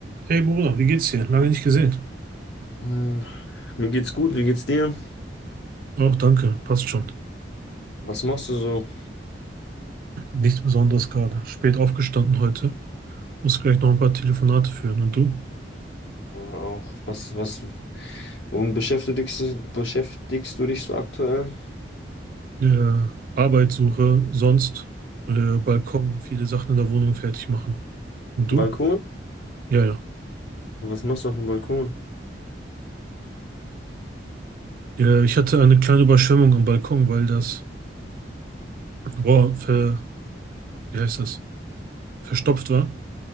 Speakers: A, on the right (about 50°); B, on the left (about 70°).
A: Hey Bruder, wie geht's dir? Lange nicht gesehen.
B: Hm, Mir geht's gut, wie geht's dir?
A: Auch danke, passt schon.
B: Was machst du so?
A: Nichts Besonderes gerade. Spät aufgestanden heute. Muss gleich noch ein paar Telefonate führen. Und du?
B: Äh, Auch was, was, womit beschäftigst du, beschäftigst du dich so aktuell?
A: Ja, Arbeitssuche, sonst äh, Balkon, viele Sachen in der Wohnung fertig machen. Und
B: Balkon?
A: du? Ja, ja.
B: Was machst du auf dem Balkon?
A: Ja, ich hatte eine kleine Überschwemmung am Balkon, weil das Rohr ver, wie heißt das? verstopft war.